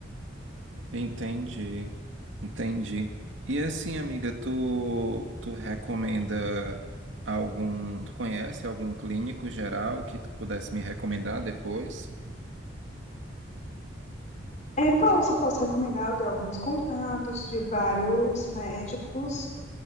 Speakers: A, on the right; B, on the left.
A: Entendi, entendi. E assim, amiga, tu, tu recomenda algum, tu conhece algum clínico geral que tu pudesse me recomendar depois?
B: É, posso, posso recomendar, eu tenho alguns contatos de vários médicos